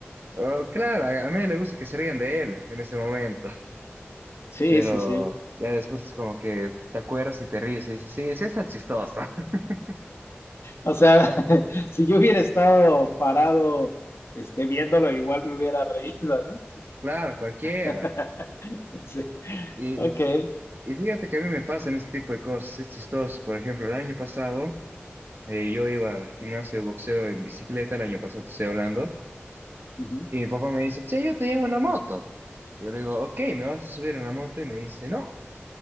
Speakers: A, on the right (about 55°); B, on the left (about 70°).
A: Oh, claro, a a nadie le gusta que se rían de él en ese momento.
B: Sí,
A: Pero
B: sí, sí.
A: ya después es como que te acuerdas y te ríes y dices, sí, sí está chistoso. <laughs>
B: O sea, <laughs> si yo hubiera estado parado este, viéndolo, igual me hubiera reído. ¿no?
A: Claro, cualquiera.
B: <laughs> Sí.
A: Y,
B: Ok.
A: y- fíjate que a mí me pasan este tipo de cosas, es chistoso. Por ejemplo, el año pasado eh, yo iba al gimnasio de boxeo en bicicleta, el año pasado te estoy hablando,
B: Ujú.
A: y mi papá me dice, che, yo te llevo en la moto. Yo le digo, ok, ¿me vas a subir en la moto? Y me dice, no,